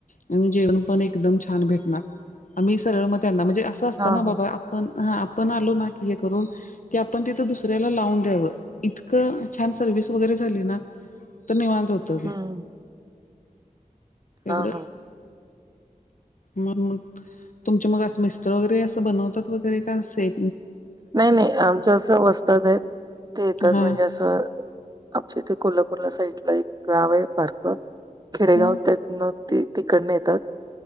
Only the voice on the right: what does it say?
हां
हां.
हं. हां
हां.
नाही नाही आमच असं वस्तात आहेत ते येतात
म्हणजे असं आमच्या इथे कोल्हापूरला साइडला एक गाव आहे पार्क खेडेगाव
त्यातन ते तिकडन येतात